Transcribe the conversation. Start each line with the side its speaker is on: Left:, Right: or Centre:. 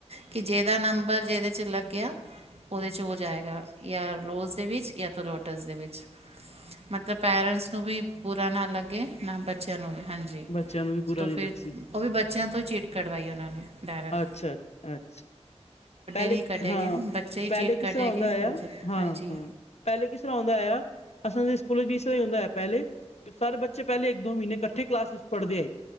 Right: ਕਿ ਜਿਹਦਾ ਨੰਬਰ ਜਿਹਦੇ ਚ ਲੱਗਿਆ ਉਹਦੇ ਚ ਹੋ ਜਾਏਗਾ ਯਾ ਰੋਜ਼ ਦੇ ਵਿੱਚ ਜਾਂ ਤ ਲੋਟਸ ਦੇ ਵਿੱਚ ਮਤਲਬ ਪੇਰੈਂਟਸ ਨੂੰ ਵੀ ਬੁਰਾ ਨਾ ਲੱਗੇ ਨਾ ਬ ਹਾਂਜੀ
Left: ਬੱਚਿਆਂ ਨੂੰ ਵੀ ਬੁਰਾ
Right: ਤੋਂ ਫੇਰ
Left: ਨੀ ਲੱਗਸੀ
Right: ਉਹ ਵੀ ਬੱਚਿਆਂ ਤੋਂ ਹੀ ਚਿੱਟ ਕਵਾਈ ਉਹਨਾਂ ਨੇ ਪੈਰੈਨਟ
Left: ਅੱਛਾ ਅੱਛ ਪਹਿਲੇ
Right: ਨਹੀਂ ਕੱਢੇਗੇ
Left: ਹਾਂ
Right: ਬੱਚੇ ਹੀ
Left: ਪਹਿਲੇ
Right: ਚੀਟ
Left: ਕਿਸ
Right: ਕੱਢੇਗੇ
Left: ਤਰ੍ਹਾਂ ਹੋਂਂਦਾ ਆਇਆ
Right: ਫਿਰ ਉਹ 'ਚ-
Left: ਹਾਂ-ਹਾਂ
Right: ਹਾਂਜੀ
Left: ਪਹਿਲੇ ਕਿਸ ਤਰ੍ਹਾਂ ਹਉੁਦਾ ਆ ਅਸਾਂ ਦੇ ਸਕੂਲ ਚ ਵੀ ਇਸ ਤਰ੍ਹਾਂ ਹੁੰਦਾ ਏ ਪਹਿਲੇ ਸਾਰੇ ਬੱਚੇ ਪਹਿਲੇ ਇੱਕ ਦੋ ਮਹੀਨੇ ਇਕੱਠੇ ਕਲਾਸ ਚ ਪੜ੍ਹਦੇ ਆਏ